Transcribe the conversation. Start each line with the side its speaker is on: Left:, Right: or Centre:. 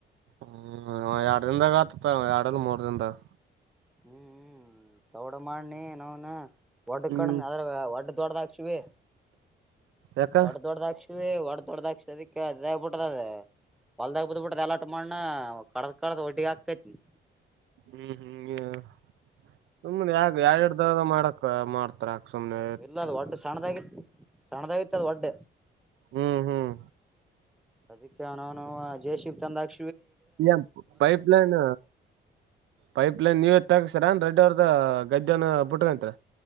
Right: ಹ್ಮ್ ಎರಡ್ ದಿನದಾಗ ಆತತ್ ಎರಡ ಮೂರ್ ದನ್ದಾಗ
Centre: ಹ್ಮ್ ತಗಡ ಮಾಡನಿ ನಾವನ ವಡ್
Right: ಹ್ಮ್
Centre: ಕಣ ಅದ್ರಡ ದೊಡ್ಡದ ಹಾ ಶಿವಿ
Right: ಯಾಕ
Centre: ವಡ ದೊಡ್ಡದ ಹಾಕ್ ಶಿವಿ ವಡ ದೊಡ್ಡದಾ ದಕ್ಕೆ ಅ ಬಿಟ್ರ ಅ ಹೊಲ್ದಾಗಗ್ ಬದ್ ಬಿಿಟ್ಟ್ದ ಎಲಾಟ ಮಾಡನ ಕಡದ ಕಳದ ಒಡ್ಡಿಗೆ ಹಾಕ್ಕೈತಿನಿ
Right: ಹ್ಮ್ ಹ್ಮ್ ಸುಮ್ಮ್ನೆ ಯಾ ಎರ ಎರ ದಾವದ ಮಾಡಕ್ ಮಾಡ್ತಾರ ಯಾಕ್ ಸುಮ್ನೆ
Centre: ಇಲ್ಲ ಅದು ಒಡ್ ಸಣ್ಣದಾಗಿ ಸಣ್ಣದಾಗಿತ್ತು ಅದು ಒಡ್ಡ
Right: ಹ್ಮ್ ಹ್ಮ್
Centre: ಅದಕ್ಕೆ ನಾವ್ ನವು ಜ ಶ ಚಂದ ಆ
Right: ಇಲ್ಲ ಪೈಪ್ಲೈನ್ ಪೈಪ್ಲೈನ್ ನೀವತ್ತು ಗೊಾಗ ಸರನ್ ರೆಡ್ಡಿ ಅವರ್ದ ಗದ್ದೆನ್ ಬಿಟ್ರಂತ್ರ